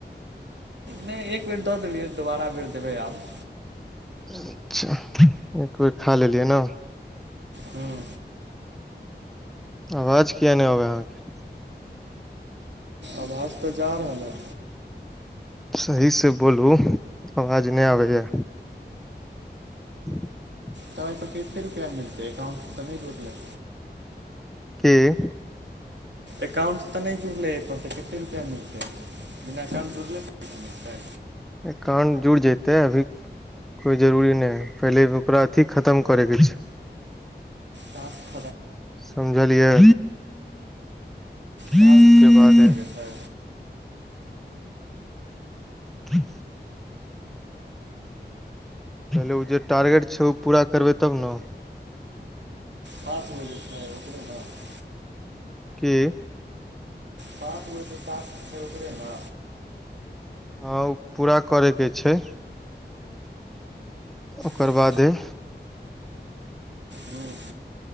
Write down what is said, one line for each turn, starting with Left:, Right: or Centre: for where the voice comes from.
Right: नहि एक बेर दऽ देलियै दोबारा बेर देबै आब
Centre: अच्छा एक बेर खा लेलियै न
Right: हूँ
Centre: आवाज किये नहि अबैहे अहाँके
Right: आवाज तऽ जा रहल हे
Centre: सही से बोलू आवाज नहि आबैये <inaudible>
Right: समय पर कते रुपआ मिलतै एकाउंट तऽ नहि जुड़लै?
Centre: की?
Right: एकाउंट तऽ नहि जुड़लै एहि पर, तऽ कते रुपआ मिलतै, बिना एकाउंट जुड़ले पैसा मिलतै
Centre: एकाउंट जुड़ि जेतेै अभी कोइ जरूरी नहि है पहिले ओकरा अथी खतम करैके छै
Right: हँ
Centre: समझलियै? के
Right: टास्क खतम
Centre: बाद
Right: करै के छै?
Centre: ह <unintelligible> पहिले ओ जे टारगेट छै ओ पूरा करबै तब ने
Right: प बजे ओरा <unintelligible>
Centre: की?
Right: पाँच गोे <unintelligible> सात छै ओकरे न
Centre: हँ ओ पूरा करयके छै ओकर
Right: हूँ
Centre: बादे
Right: हूॅं